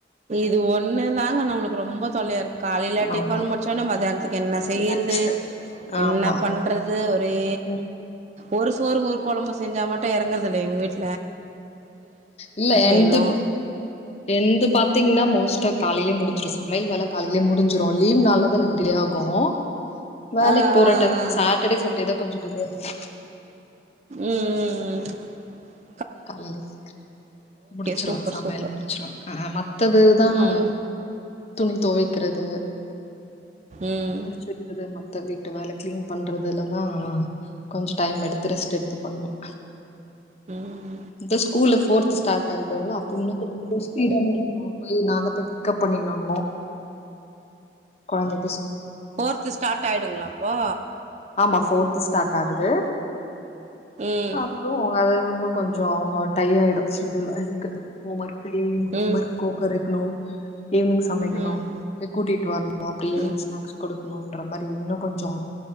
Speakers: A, on the right (about 40°); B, on the left (about 35°).
A: இது ஒன்ணுதாங்க நமக்கு ரொம்ப தொல்லையா இருக்கு காலையில டிஃபன்
B: ஆமா
A: முடிச்சவுடனே மத்தியானத்துக்கு என்ன செய்யறது
B: லன்ச்சு ஆமா
A: என்ன பண்றது ஒரே
B: ம்
A: ஒரு சோறு ஒரு குழம்பு செஞ்சா மட்டும் இறங்குறதில்ல எங்க வீட்டல
B: இல்ல எந்து
A: செய்யணு
B: ஏந்து பாத்தீங்கன்னா மிஸ்டர் காலையிலே முடியும் சமையல் வேலை காலையிலே முடிஞ்சுரும் லீவ் நாளால தான் எனக்கு டிலே ஆகும் வேலைக்கு
A: ஆ ஆ
B: போற டைம்
A: ஆ
B: சாட்டடே சண்டே தான் கொஞ்சம் டிலே ஆகுது
A: உம் உம் உம்
B: காலையில சிக்ரம் முடிச்சுருவ
A: சூப்பர்
B: சமையல்
A: சூப்பர்
B: முடிச்சிருவ ஆஹ் மத்ததுதான்
A: ம்
B: துணி துவக்கிறது
A: ம்
B: மடிச்சுவக்கிறது மத்த மொத்த வீட்டு வேலை கிளீன் பண்றதுலதான கொஞ்சம் டைம் எடுத்து ரெஸ்ட் எடுத்து பன்னுவோம்
A: உம்ம்
B: இந்த ஸ்கூலு போர்த் ஸ்டார்ட் ஆகுதுல அப்ப இன்னும் கொஞ்சம் ஸ்பீடா முடிக்கனும் போய் நான் தான் போய் பிக்கப்பன்னினுல வந்த குழந்தைய
A: போர்து ஸ்டார்ட் ஆயிடுங்களா அப்போ
B: ஆமா போர்து ஸ்டார்ட் ஆகுது
A: ம்
B: அப்புறம் அத உன்னும் கொஞ்சம் ஓட்டை ஆயிடும் ஷடியூல் எனக்கு ஹம்வர்கே ஹம்வர்க்கு
A: ம்
B: கோகக்கணும் ஈவினிங் சமைக்னும்
A: ம்
B: போய்கூட்டிட்டு வரனும் அப்டியே ஈவினிங்
A: ம்
B: ஸ்னாக்ஸ் குடுக்னும் நோன்ற மாரி இன்னும் கொஞ்சம்